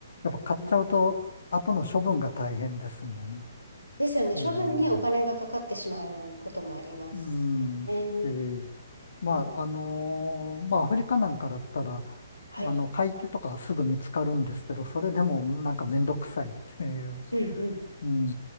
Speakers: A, on the left (about 60°); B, on the left (about 90°).
A: っぱ買っちゃうと、
B: うん
A: 後の処分が大変ですんでね。
B: ですよね。
A: えー
B: 処分にお金がかかってしまうこともありますよね。
A: うん、し、まあ、
B: うん、
A: あのーまあ、アフリカなんかだったら、
B: はい。
A: あの、買い手とかすぐ見つかるんですけど、それでもなんかめんどくさいっていう、
B: うんうん。
A: うん、